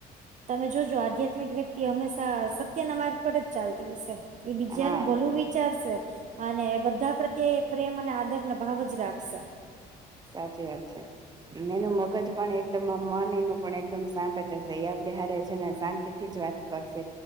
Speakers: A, on the right; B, on the right.
A: તમે જોજો આધ્યાત્મિક વ્યક્તિ હંમેશા સત્યના માર્ગ ઉપ જ ચાલતી હશે એ બીજાનું
B: હા
A: ભલું વિચારશે અને બધા પ્રત્યે એ પ્રેમ અને આદરને ભાવ જ રાખશે
B: સાચી વાત છે એનું મગજ પણ એકદમ મન એનું પણ એકદમ શાંત જ હશે એ આપડે હારે છે ને શાંતિ થી જ વાત કરશે